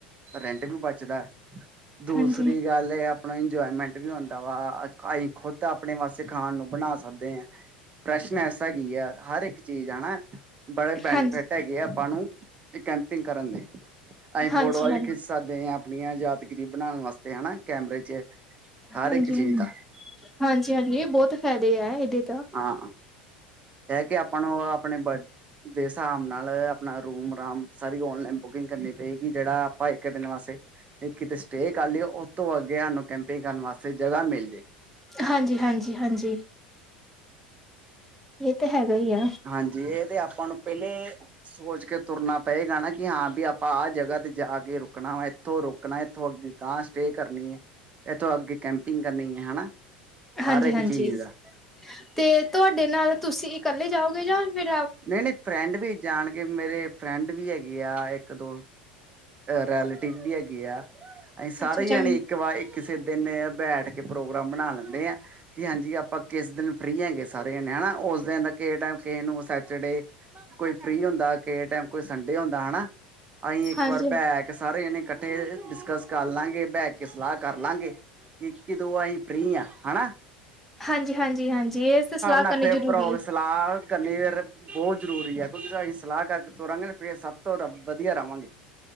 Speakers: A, on the right (about 30°); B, in the centre.
A: ਰੈਂਟ ਵੀ ਬਚਦਾ। ਦੂਸਰੀ
B: ਹਾਂਜੀ,
A: ਨਾਲੇ ਅਪਨਾ ਇੰਜੋਏਮੈਂਟ ਵੀ ਹੁੰਦਾ ਵਾ, ਆਹੀ ਖੁੱਦ ਆਪਣੇ ਵਾਸਤੇ ਖਾਣ ਨੂੰ ਬਣਾ ਸਕਦੇ ਆਂ। ਪ੍ਰੈਸ਼ਨੈਸ ਹੈਗੀ ਐ, ਹਰ ਇੱਕ ਚੀਜ਼, ਹੈਨਾ। ਬੜੇ ਬੈਨੀਫਿਟ
B: ਹਾਂਜੀ,
A: ਹੈਗੇ ਆ ਆਪਾਂ ਨੂੰ ਕੈਂਪਟੀਂਗ ਕਰਨ ਦੇ ਅਸੀਂ
B: ਹਾਂਜੀ, ਹਾਂਜੀ,
A: ਫੋਟੋਆਂ
B: ਹਾਂਜੀ,
A: ਵੀ ਖਿੱਚ ਸਕਦੇ ਆਂ ਆਪਣੀਆਂ ਯਾਦਗਿਰੀ ਬਣਾਣ ਵਾਸਤੇ ਹਨਾ, ਕੈਮਰੇ ਚ। ਹਰ
B: ਹਾਂਜੀ-ਹਾਂਜੀ,
A: ਇੱਕ ਚੀਜ਼ ਦਾ
B: ਹਾਂਜੀ-ਹਾਂਜੀ, ਬੋਤ ਫ਼ਾਇਦੇ ਐ ਏਦੇ।
A: ਹਾਂ, ਕੈ ਕੇ ਆਪਾਂ ਨੂੰ ਆਪਣੇ ਬ ਦੇ ਹਿਸਾਬ ਨਾਲ ਆਪਣਾ ਰੂਮ ਰਾਮ ਸਾਰੀ ਓਨਲਾਈਨ ਬੁਕਿੰਗ ਕਰਨੀ ਪਏਗੀ, ਜੇੜਾ ਆਪਾਂ ਏਕ ਦਿਨ ਵਾਸਤੇ ਤੇ ਕਿਤੇ ਸਟੇ ਕਰ ਲੀਏ, ਓਤੋਂ ਅੱਗੇ ਸਾਨੂੰ ਕੈਂਪਿੰਗ ਕਰਨ ਵਾਸਤੇ ਜਗ੍ਹਾ ਮੇਲ ਜੇ।
B: ਹਾਂਜੀ-ਹਾਂਜੀ, ਹਾਂਜੀ। ਏ ਤਾਂ ਹੈਗਾ ਈਏ।
A: ਹਾਂਜੀ, ਏ ਤੇ ਆਪਾਂ ਨੂੰ ਪੈਲੇ ਸੋਚ ਕੇ ਤੁਰਨਾ ਪਏਗਾ ਨਾ, ਕਿ ਹਾਂ ਵੀ ਆਪਾਂ ਆਹ ਜਗ੍ਹਾ ਤੇ ਜਾ ਕੇ ਰੁਕਣਾ ਵਾ। ਏਥੋਂ ਰੋਕਣਾ ਏਥੋਂ ਅੱਗੇ ਗ ਸਟੇ ਕਰਨੀ ਏ, ਏਥੋਂ ਅੱਗੇ ਕੈਂਪਿੰਗ ਕਰਨੀ ਐ, ਹਨਾ।
B: ਹਾਂਜੀ-ਹਾਂਜੀ,
A: ਹਰ ਇੱਕ ਚੀਜ਼ ਦਾ
B: ਤੇ ਤੁਆਡੇ ਨਾਲ ਤੁਸੀਂ ਕੱਲੇ ਜਾਓਗੇ ਯਾਂ ਫੇਰ
A: ਨਈਂ-ਨਈਂ ਫਰੈਂਡ ਵੀ ਜਾਣਗੇ ਮੇਰੇ। ਫਰੈਂਡ ਵੀ ਹੈਗੇ ਆ, ਏਕ-ਦੋ ਰੈਲੇਟਿਵ ਵੀ ਹੈਗੇ ਆ। ਅਸੀਂ ਸਾਰੇ
B: ਅੱਛਾ ਅੱਛਾ
A: ਜਣੇ ਇੱਕ ਵਾਰ ਇੱਕ ਕਿਸੇ ਦਿਨ ਬੈਠ ਕੇ ਪ੍ਰੋਗਰਾਮ ਬਣਾ ਲੈਂਦੇ ਆ। ਕਿ ਹਾਂਜੀ, ਆਪਾਂ ਕਿਸ ਦਿਨ ਫ੍ਰੀ ਹੈਗੇ ਸਾਰੇ ਜਣੇ ਹਨਾ, ਉਸ ਦਿਨ ਕਿਸੇ ਟਾਈਮ ਕਿਸੇ ਨੂੰ ਜੇੜੇ ਕੋਈ ਫ੍ਰੀ ਹੁੰਦਾ ਕਿਹੇ ਟੈਮ ਕੋਈ ਸੰਡੇ ਹੁੰਦਾ ਹੈਨਾ, ਅਸੀਂ ਇੱਕ
B: ਹਾਂਜੀ
A: ਵਾਰ ਬੈ ਕੇ ਸਾਰੇ ਜਣੇ ਕੱਠੇ ਡਿਸਕਸ ਕਰ ਲਾਂਗੇ, ਬੈਹ ਕੇ ਸਲਾਹ ਕਰ ਲਾਂਗੇ। ਇਸ ਕੀ ਦੋ ਆਈ ਫ੍ਰੀ ਆ, ਹੈਨਾ।
B: ਹਾਂਜੀ-ਹਾਂਜੀ, ਹਾਂਜੀ ਏਸ ਤੋਂ ਸਲਾਹ
A: ਨਾਲ
B: ਕਰਨੀ
A: ਫਿਰ
B: ਜਰੂਰੀ
A: ਭਰਾ
B: ਏ।
A: ਸਲਾਹ ਕਰਨੀ ਬੋਤ ਜਰੂਰੀ ਐ, ਕੁੁਝ ਅਸੀਂ ਸਲਾਹ ਕਰਕੇ ਤੁਰਾਂਗੇ, ਫੇਰ ਸਭ ਤੋਂ ਰੱਬ ਵਧੀਆ ਰਵਾਂਗੇ।